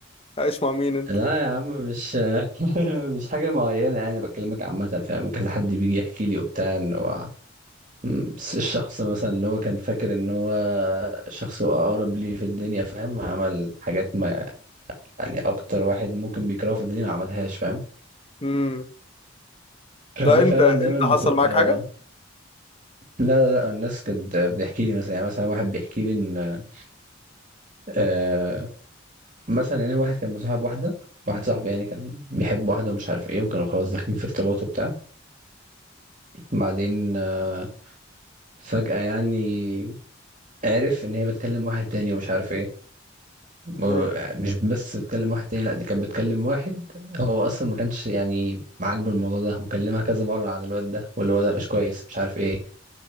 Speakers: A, on the left; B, on the right.
A: عايش مع مين انت
B: لا يا عم مش <laughs> مش حاجة معينة يعني بكلمك عامة فاهم كذا حد بيجي يحكي لي وبتاع ان هو م، الشخص مثلا اللي هو كان فاكر ان هو الشخص اللي هو اقرب لي في الدنيا فاهم عمل حاجات ما يعني اكتر واحد ممكن بيكرهه في الدنيا ما عملهاش فاهم
A: امم
B: فهي
A: لا انت
B: فعلا
A: انت
B: دايما
A: حصل
B: بتبقى
A: معاك حاجه
B: لا لا لا الناس كانت بتحكي لي مثلا يعني مثلا واحد بيحكي لي ان آه مثلا يعني واحد كان مصاحب واحده واحد صاحبي يعني كان بيحب واحده ومش عارف ايه وكانوا خلاص داخلين في ارتباط وبتاع بعدين آه، فجاه يعني عرف ان هي بتكلم واحد تاني ومش عارف ايه و-
A: ماشي
B: مش بس بتكلم واحد تاني لا دي كانت بتكلم واحد هو اصلا ما كانش يعني عاجبه الموضوع ده وكلمها كذا مره عن الواد ده واللي هو ده مش كويس مش عارف ايه